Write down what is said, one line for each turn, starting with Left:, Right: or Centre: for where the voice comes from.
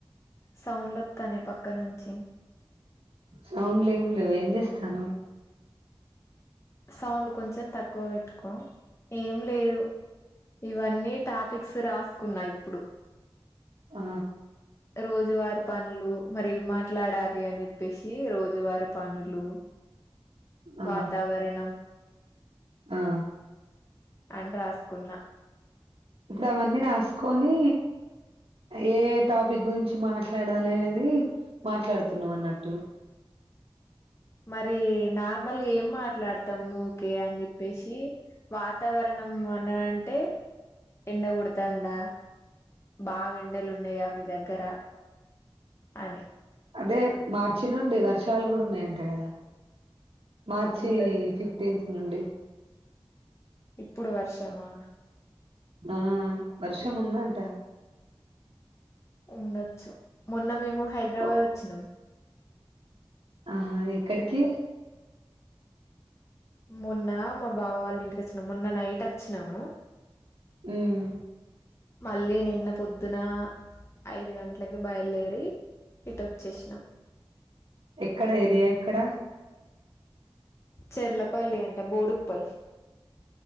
Left: సౌండ్ వస్తాంది పక్క నుంచి
Right: సౌండ్లు ఏం లేవు ఏం చేస్తాన్నావ్
Left: సౌండ్ కొంచెం తక్కువ పెట్టుకో ఏం లేదు ఇవన్నీ టాపిక్స్ రాసుకున్నా ఇప్పుడు
Right: ఆ
Left: రోజువారి పనులు మరి ఏం మాట్లాడాలి అని చెప్పేసి రోజువారి పనులు
Right: ఆ
Left: వాతావరణం
Right: ఆ
Left: అని రాస్ కున్నా
Right: ఇప్పుడు అవన్నీ రాసుకొని ఏ టాపిక్ గురించి మాట్లాడాలి అనేది మాట్లాడుతున్నాం అన్నట్టు
Left: మరి నార్మల్ ఏం మాట్లాడుత ఊకే అని చెప్పేసి వాతావరణం అన్నా అంటే ఎండకొడతాందా బాగా ఎండలు ఉన్నాయా మీ దగ్గర అని
Right: అదే మార్చి నుండి వర్షాలు గూడా ఉన్నాయంట కదా మార్చి
Left: ఉండొచ్చు
Right: ఫిఫటీన్త్ అండి
Left: ఇప్పుడు వర్షమా
Right: ఆ వర్షం ఉందంట
Left: ఉండచ్చు మన్ న్న మేము హైదరాబాద్
Right: ఓ,
Left: వచ్చినాం
Right: ఆహా ఎక్కడికి
Left: మొన్నా మా బావ వాళ్ళ ఇన్ చ్చిన మొన్న నైట్ వచ్చినము
Right: ఉమ్
Left: మళ్ళీ నిన్న పొద్దున ఐదు గంటలకి బయలుదేరి ఇటు వచ్చేసినాం
Right: ఎక్కడ ఏరియా ఎక్కడ
Left: చెర్లపల్లి అంట బోడు పల్స్